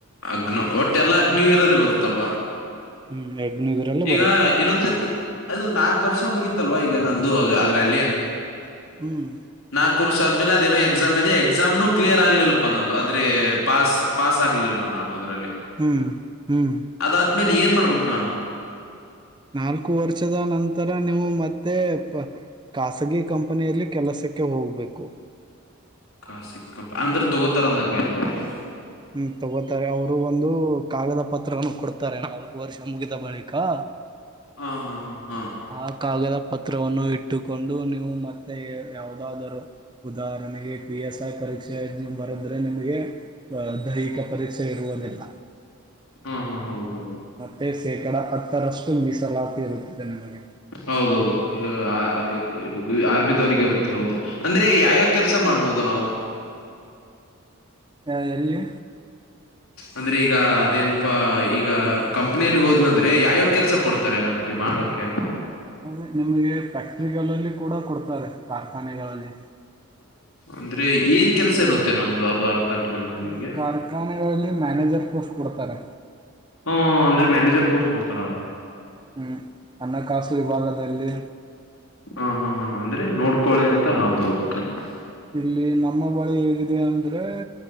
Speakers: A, on the left; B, on the right.
A: ಅಗ್ನ ಒಟ್ಟೆ ಎಲ್ಲಾ ಅಗ್ನಿವೀರದಲ್ಲಿ ಬರುತ್ತಲ್ವಾ
B: ಹ್ಮ್ ಅಗ್ನಿವೀರಲ್ಲಿ
A: ಈಗ
B: ಬರುತ್ತೆ
A: ಇನ್ನೊಂದ್ಸತಿ. ಅದು ನಾಲ್ಕು ವರ್ಷ ಮುಗಿತ್ತಲ್ವಾ ಈಗ ನಂದು ಅದೇ ಅದ್ ಬೆಲ್ಯ
B: ಹ್ಮ್
A: ನಾಕು ವರ್ಷ ಆದ್ಮೇಲೆ ಅದೇನೋ ಎಕ್ಸಾಮ್ ಇದೆ ಎಕ್ಸಾಮ್ನು ಕ್ಲಿಯರ್ ಆಗ್ಲಿಲ್ಲಪ್ಪ ನು ನಂದು ಅಂದ್ರೆ ಪಾಸ್ ಪಾಸ್ ಆಗ್ಲಿಲ್ಲ ನಾನು ಹದ್ರೆ
B: ಹ್ಮ್ ಹ್ಮ್
A: ಅದಾದ್ಮೇಲೆ ಏನ್ ಮಾಡ್ಬೇಕು ನಾನು
B: ನಾಲ್ಕು ವರ್ಷದ ನಂತರ ನೀವು ಮತ್ತೆ ನೀವು ಖಾಸಗಿ ಕಂಪನಿಯಲ್ಲಿ ಕೆಲಸಕ್ಕೆ ಹೋಗಬೇಕು
A: ಖಾಸಿ ಕಂ ಅಂದ್ರೆ ತಗೋತಾರ ಅಂದಂಗಯ್ತು ಅಲ್ಲಿ
B: ಹ್ಮ್ ತಗೋತಾರೆ ಅವ್ರು ಒಂದು ಕಾಗದ ಪತ್ರವನ್ನು ಕೊಡ್ತಾರೆ ನಮ್ಗ ವರ್ಷ ಮುಗಿದ ಬಳಿಕಾ
A: ಹಾ ಹಾ ಹಾ
B: ಹಾದ್ ಕಾಗದ ಪತ್ರವನ್ನು ಇಟ್ಟುಕೊಂಡು ನೀವು ಮತ್ತೆ ಯಾವುದಾದರು ಉದಾಹರಣೆಗೆ ಪಿ ಎಸ್ ಐ ಪರೀಕ್ಷೆ ಬರದ್ರೆ ನಿಮಗೆ ದೈಹಿಕ ಪರೀಕ್ಷೆ ಬೇಡುವರಿಲ್ಲ.
A: ಹಾ ಹಾ ಹಾ ಹೌದೌದು
B: ಮತ್ತೇ ಶೇಕಡ ಹತ್ತರಷ್ಟು ಮೀಸಲಾತಿ ಇರುತ್ತದೆ ನಮಗೆ.
A: ಹೌದೌದು <inaudible> ಆರ್ಮಿದವ್ರಿಗೆ ಇರುತ್ತೆ ಹೌದು. ಅಂದ್ರೆ ಯಾವ್ಯಾವ್ ಕೆಲ್ಸ ಮಾಡ್ಬೋದು ನಾವು.
B: ಹ ಎಲ್ಲಿ.
A: ಅಂದ್ರೆ ಈಗ ಅದೇನ್ಪಾ ಈ ಗ ಕಂಪ್ನಿಯಲಿ ಹೋದ್ವಂದ್ರೆ ಯಾವ್ಯಾವ ಕೆಲ್ಸ ಕೊಡ್ತಾರೆ ನಮ್ಗೆ ಮಾಡೋಕೆ.
B: ಅಂದ್ರೆ ನಿಮಗೆ ಫ್ಯಾಕ್ಟ್ರಿಗಳಲ್ಲಿ ಕೂಡ ಕೊಡ್ ಕಾರ್ಖಾನೆಗಳಲ್ಲಿ.
A: ಅಂದ್ರೆ ಏನ್ ಕೆಲ್ಸ ಇರುತ್ತೆ ನಮ್ದು ಅದು ಅರ್ಥ ಆಗ್ಲಿಲ್ಲ ನನಗೆ.
B: ಅಲ್ಲಿ ಕಾರ್ಖಾನೆಗಳಲ್ಲಿ ಮ್ಯಾನೇಜರ್ ಪೋಸ್ಟ್ ಕೊಡ್ತಾರೆ
A: ಹೂಂ ಅಂದ್ರೆ ಮ್ಯಾನೇಜರ್ ಪೋಸ್ಟ್ ಕೊಡ್ತ್ ತರ
B: ಹ್ಮ್ ಹಣಕಾಸು ವಿಭಾಗದಲ್ಲಿ
A: ಹಾ ಹಾ ಹಾ ಅಂದ್ರೆ ನೋಡ್ಕೊಳಿ ಅಂತ ಹೌದೌದು ಕರೆಕ್ಟ್.
B: ಇಲ್ಲಿ ನಮ್ಮ ಬಳಿ ಹೇಗಿದೆ ಅಂದ್ರೆ